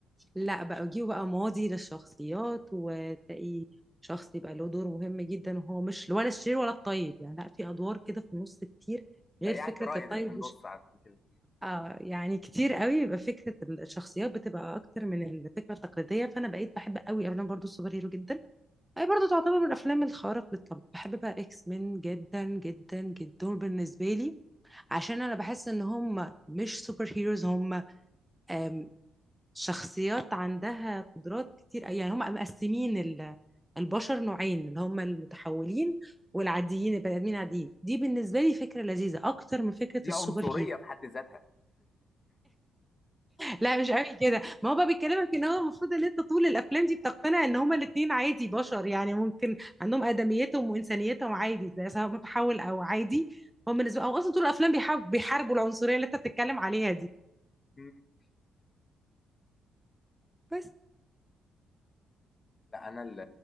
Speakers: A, in the centre; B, on the left (about 30°).
A: لا بقى يجيبوا بقى ماضي للشخصيات وتلاقي شخص يبقى له دور مهم جدا وهو مش ولا الشرير ولا الطيب يعني لا في ادوار كده في النص كتير
B: بياع
A: غير فكره
B: جرايد
A: الطيب
B: اللي في النص عارف كده.
A: اه يعني كتير قوي يبقى فكره الشخصيات بتبقى اكتر من الفكره التقليديه فانا بقيت بحب قوي افلام برضو السوبر هيرو جدا هي برضو تعتبر من الافلام الخارق للطبع بحب بقى اكس مين جدا جدا جدا دول بالنسبه لي عشان انا بحس ان هم مش سوبر هيروز هم آم، شخصيات عندها قدرات كتير يعني هم مقسمين ال- البشر نوعين اللي هم المتحولين والعاديين البني ادمين عاديين دي بالنسبه لي فكره لذيذه اكتر من فكره
B: دي
A: السوبر
B: عنصريه
A: هيرو
B: في حد ذاتها
A: لا مش قوي كده ما هو بقى بيكلمك ان هو المفروض ان انت طول الافلام دي بتقتنع ان هما الاتنين عادي بشر يعني ممكن عندهم ادميتهم وانسانيتهم عادي زي سواء متحول او عادي هو بالنسبه او اصلا طول الافلام بيحارب بيحاربوا العنصريه اللي انت بتتكلم عليها دي
B: <laughs>
A: بس
B: لا انا ال-